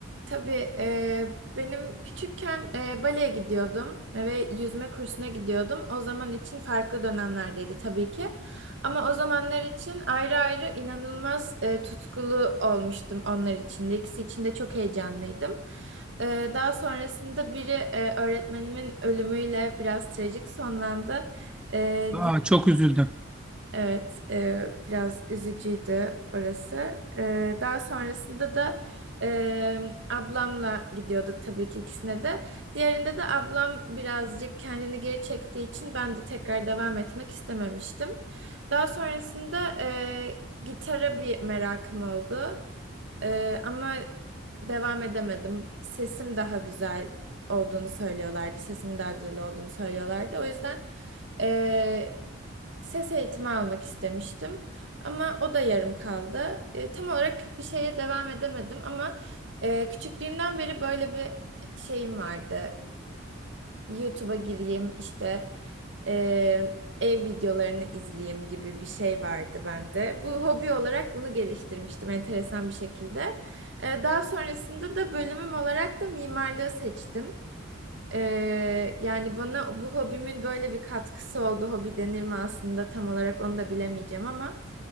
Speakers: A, on the right (about 60°); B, in the centre.
A: Tabii e, benim küçükken e, baleye gidiyordum ve yüzme kursuna gidiyordum. O zaman için farklı dönemlerdeydi tabii ki. Ama o zamanlar için ayrı ayrı inanılmaz e, tutkulu olmuştum onlar için de. İkisi için de çok heyecanlıydım. E, daha sonrasında biri e, öğretmenimin ölümüyle biraz trajik sonlandı. E,
B: Aa, çok üzüldüm.
A: Evet, e, biraz üzücüydü orası. E, daha sonrasında da e, ablamla gidiyorduk tabii ki ikisine de. Diğerinde de ablam birazcık kendini geri çektiği için ben de tekrar devam etmek istememiştim. Daha sonrasında e, gitara bir merakım oldu. E, ama devam edemedim. Sesim daha güzel olduğunu söylüyorlardı. Sesimin daha güzel olduğunu söylüyorlardı. O yüzden... Eee, ses eğitimi almak istemiştim ama o da yarım kaldı. E, tam olarak bir şeye devam edemedim ama e, küçüklüğümden beri böyle bir şeyim vardı. YouTube'a gireyim işte e, ev videolarını izleyeyim gibi bir şey vardı bende. Bu hobi olarak bunu geliştirmiştim enteresan bir şekilde. E, daha sonrasında da bölümüm olarak da mimarlığı seçtim. Ee, yani bana bu hobimin böyle bir katkısı oldu. Hobi denir mi aslında tam olarak onu da bilemeyeceğim ama